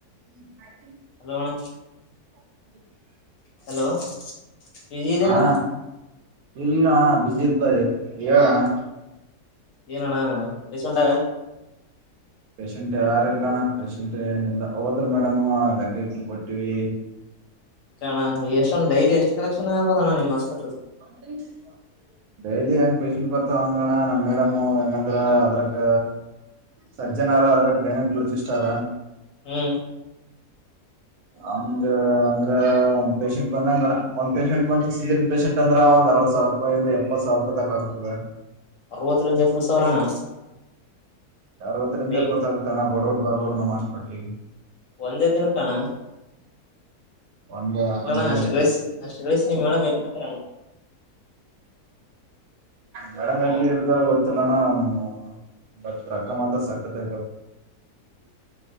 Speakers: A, on the right (about 75°); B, on the left (about 65°).
A: ಹ್ಮ್ ಹಾಗ
B: ಹಲೋಣ
A: ಹ
B: ಹಲೋ ವಿಜಿ ಇದಾನ
A: ಅಣ್ಣ ಇಲ್ಲ ಬಿಸಿ ಇದ್ದಾರೆ ಣ
B: ಏನಣ್ಣ ಪೇಷಂಟ್
A: ಪಷಂಟ್ ಯಾರಲ್ಲಣ ಪೇಶಂಟ್ ಏನಿಲ್ಲ ಹೋದ್ರ ಮೇಡಮು ಆ ಲೆಕ್ಕಕ್ ಕೊಟ್ಟಿವವಿ
B: ನಣ ಎಷ್ಟ ಡೈಲಿ ಎಷ್ಟು ಕಲೆಕ್ಷನ್ ಆಗ್ಬೋದಣ್ಣ ನಿಮ್ ಹ
A: ಅ ಡೈಲಿ ಹೆಂಗ್ ಪೇಷಂಟ್ ಬರ್ತಾವ ಹಂಗಣ್ಣ ನಮ್ ಮೇಡಮು ಹೆಂಗಂದ್ರ ಅದ್ರಕ್ಕ ಸಜ್ಜನಾರ ಅದ್ರ ಗೈನಕೊಲಜಿಸ್ಟ್ ಹರ
B: ಹ್ಮ್
A: ಅಂಗ ಅಂದ್ರೆ ಒಂದ್ ಪೇಷಂಟ್ ಬಂದಂಗಣ ಒಂದ್ ಪೇಷಂಟ್ ಬಂತು ಸೀರಿಯಸ ಪೇಷಂಟ್ ಅಂದ್ರ ಒಂದ ಅರವತ್ ಸಾವಿರ ರೂಪಾಯಿಂದ ಎಪ್ಪತ್ ಸಾವಿರ ರೂಪಾಯಿ ತಕ್ ಆಗ್ತದೆ
B: ಅರವತ್ತು ಇಂದ ಎಪ್ಪತ್ ಸಾವಿರ ಅಣ್ಣ
A: ಅರವತ್ತರಿಂದ
B: ಡೈ
A: ಎಪ್ಪತ್ತ ಆಗ್ತಾನ ಬಡವರು ಬರ್ಬೋಡ್ ನಮ್ಮ ಹೊಟ್ಲಿ
B: ಒಂದೇ ದಿನಕ ಅಣ್ಣ
A: ಒಂದ
B: ಅಲ್ಲಣ
A: ಒಂದು ಜನಕ್ಕೆ
B: ಅಷ್ಟು ಗಳಿಸಿ ಅಷ್ಟು ಗಳಿಸಿ ನಿಮ್ಡ ಮೇಡ್ತಾರಣ್ಣ
A: ಗಡ <unintelligible> ಮಲ್ಲಿ
B: ಹಾ
A: ಇಡ್ತಾದ ಗೊತ್ತಿಲ್ಲ ಅಣ್ಣ ಹೂ ಬಟ್ ರೊಕ್ಕ ಮಾತ್ರ ಸಕತ್